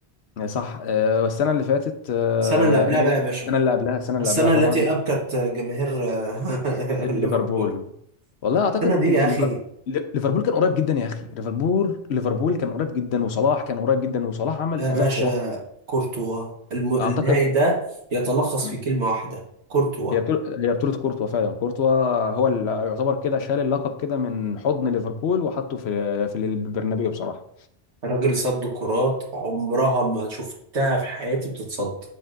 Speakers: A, on the left; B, on the right.
A: آه، صح آه، والسنة اللي فاتت آه،
B: السنة اللي قبلها
A: السنة
B: بقى يا باشا
A: اللي قبلها السنة اللي
B: السنة
A: قبلها طبعا
B: التي أبكت جماهير آه،
A: ل-
B: <laughs> ليفربول
A: ليفربول والله أعتقد
B: السنة دي يا
A: ليفر-
B: أخي
A: لي- ليفربول كان قريب جدا يا أخي ليفربول ليفربول كان قريب جدا وصلاح كان قريب جدا وصلاح عمل
B: يا
A: أداء
B: باشا
A: خرافي
B: كورتوا الم... النهائي
A: أعتقد
B: ده يتلخص
A: مم.
B: في كلمة واحدة كورتوا
A: هي بطولة هي بطولة كورتوا فعلا كورتوا هو اللي يعتبر كده شال اللقب كده من حضن ليفربول وحطه في في البرنابيو بصراحة
B: الراجل صد كرات عمرها ما شفتها في حياتي بتتصد